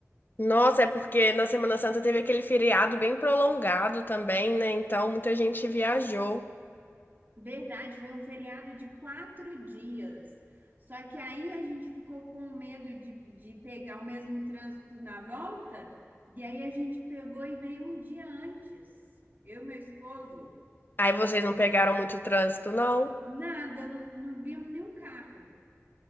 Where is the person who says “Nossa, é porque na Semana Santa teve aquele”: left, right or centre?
Left